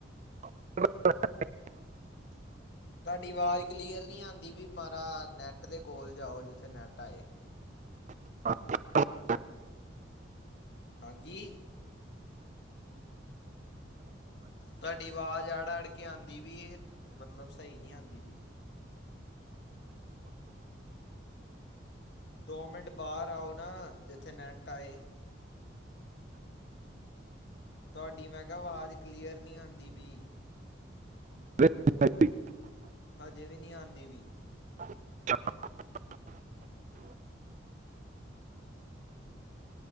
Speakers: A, on the right; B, on the left.
A: <unintelligible>
B: ਤੁਹਾਡੀ ਆਵਾਜ਼ ਕਲੀਅਰ ਨਹੀਂ ਆਦੀ ਵੀ ਮਾੜਾ ਨੈੱਟ ਦੇ ਕੋਲ ਜਾਓ ਜਿੱਥੇ ਨੈੱਟ ਆਏ।
A: <unintelligible>
B: ਹਾਂਜੀ। ਤੁਹਾਡੀ ਆਵਾਜ਼ ਆੜ ਅੜ ਕੇ ਆਦੀ ਪਈ ਐ ਮਤਲਬ ਸਹੀ ਨਹੀਂ ਆਦੀ, ਦੋ ਮਿੰਟ ਬਾਹਰ ਆਓ ਨਾ ਜਿੱਥੇ ਨੈਟ ਆਏ। ਤੁਹਾਡੀ ਮੈਂ ਕਿਹਾ ਆਵਾਜ਼ ਕਲੀਅਰ ਨਹੀਂ ਆਦੀ ਪਈ।
A: ਅ <unintelligible>
B: ਹਜੇ ਵੀ ਨਹੀਂ ਆਦੀ ਵੀ।
A: <unintelligible>